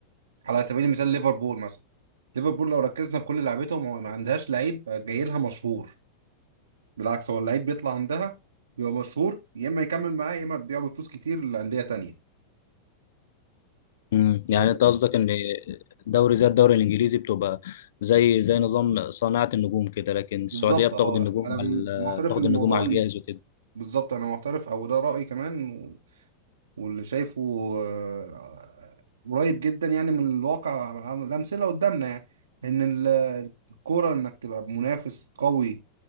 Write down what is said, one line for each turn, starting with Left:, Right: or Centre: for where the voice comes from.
Right: على سبيل المثال ليفربول مثلا ليفربول لو ركزنا في كل لعيبتهم هو ما عندهاش لعيب جاي لها مشهور بالعكس هو اللعيب بيطلع عندها بيبقى مشهور يا اما يكمل معاه يا اما بيبيعه بفلوس كتير لانديه تانية
Left: امم يعني
Right: آه،
Left: انت قصدك ان دوري زي الدوري الانجليزي بتبقى زي زي نظام صناعة النجوم كده لكن السعودية
Right: بالظبط
Left: بتاخد
Right: هو
Left: النجوم
Right: انا م-
Left: على
Right: معترف
Left: بتاخد
Right: ان
Left: النجوم
Right: الموضوع
Left: على
Right: انه
Left: الجاهز وكده.
Right: بالظبط انا معترف او ده رايي كمان واللي شايفه آه، قريب جدا يعني من الواقع عن الأمثلة قدامنا يعني إن ال- الكورة إنك تبقى منافس قوي